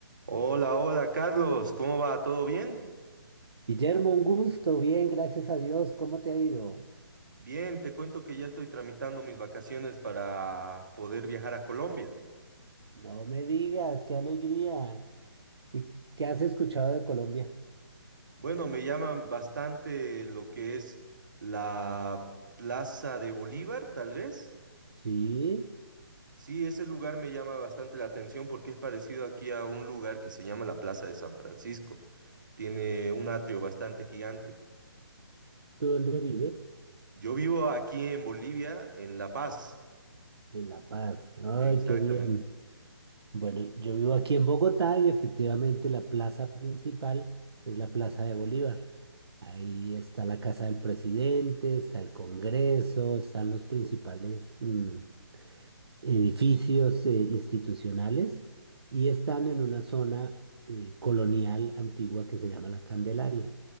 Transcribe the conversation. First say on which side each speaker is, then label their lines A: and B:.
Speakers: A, on the right; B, on the right.
A: Hola, hola Carlos, ¿cómo va? ¿Todo bien?
B: Guillermo, un gusto, bien, gracias a Dios, ¿cómo te ha ido?
A: Bien, te cuento que ya estoy tramitando mis vacaciones para poder viajar a Colombia.
B: No me digas, qué alegría. ¿Y qué has escuchado de Colombia?
A: Bueno, me llaman bastante lo que es la Plaza de Bolívar, tal vez.
B: Sí,
A: Sí, ese lugar me llama bastante la atención porque es parecido aquí a un lugar que se llama la Plaza de San Francisco. Tiene un atrio bastante gigante.
B: ¿tú dónde vives?
A: Yo vivo aquí en Bolivia, en La Paz.
B: En La Paz. Ay,
A: Exactamente.
B: qué bien. Bueno, yo vivo aquí en Bogotá y efectivamente la plaza principal es la Plaza de Bolívar. Ahí está la casa del presidente, está el Congreso, están los principales, mm, edificios eh, institucionales y están en una zona eh, colonial antigua que se llama La Candelaria.